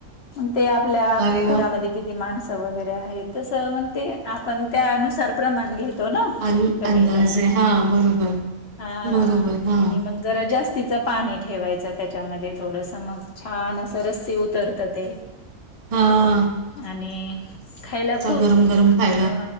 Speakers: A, on the left; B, on the right.
A: मग ते आपल्या
B: अरे
A: घरामध्ये
B: वाह!
A: किती माणस वगेरे आहेत, तस मग ते आपण त्यानुसार प्रमाण घेतो ना?
B: अन
A: कमी
B: अंदाजे.
A: जास्त
B: हां, बरोबर,
A: हा
B: बरोबर. हां,
A: आणि मग जरा जास्तीच पाणी ठेवायचं त्याच्यामध्ये थोडस मग. छान अस रसी उतरत ते.
B: हा.
A: आणि खायला खूप
B: गरम-गरम खायला.
A: अ